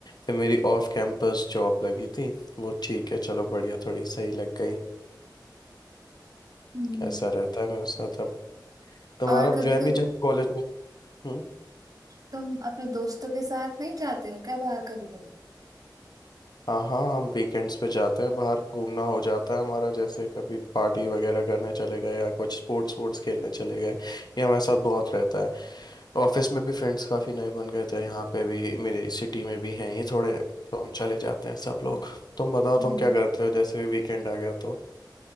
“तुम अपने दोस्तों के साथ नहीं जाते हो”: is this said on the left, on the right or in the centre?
Right